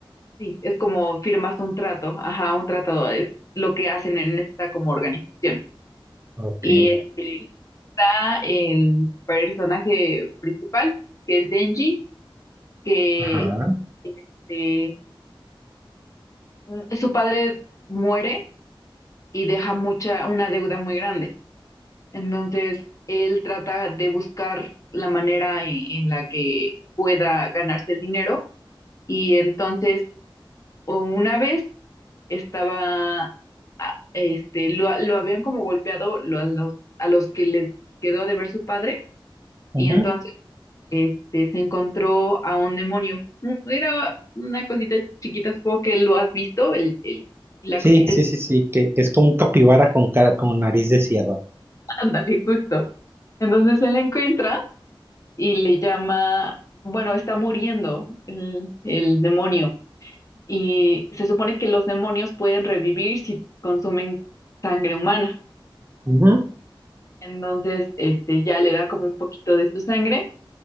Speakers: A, on the left (about 35°); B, on the right (about 25°).
A: Sí, es como firmas un trato, ajá, un tratado, es lo que hacen en esta como organización.
B: Ok.
A: Y este, está el personaje principal, que es Denji, que
B: Ajá.
A: eh, mm, su padre muere y deja mucha, una deuda muy grande. Entonces, él trata de buscar la manera en, en la que pueda ganarse el dinero. Y entonces, o una vez estaba, a- este, lo, lo habían como golpeado lo- a los, a los que les quedó de ver su padre.
B: ujú.
A: Y entonces este, se encontró a un demonio. Un- Era una cosita chiquita, supongo que lo has visto, el, el- la
B: Sí,
A: cosita,
B: sí, sí, sí, que, que es como un capibara con cara, con nariz de sierra.
A: <laughs> ándale, justo. Entonces él la encuentra y le llama, bueno, está muriendo el, el demonio. Y se supone que los demonios pueden revivir si consumen sangre humana.
B: Ujú.
A: Entonces, este, ya le da como un poquito de su sangre